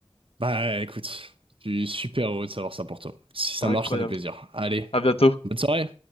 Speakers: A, on the right (about 65°); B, on the left (about 80°).
A: Bah écoute, je suis super heureux de savoir ça pour toi. Si ça
B: Incroyable.
A: marche, ça me fait plaisir. Allez,
B: À bientôt.
A: bonne soirée.